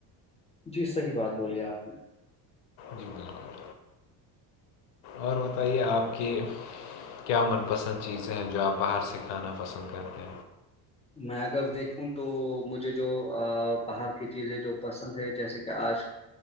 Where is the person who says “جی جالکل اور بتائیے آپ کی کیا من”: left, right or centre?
Left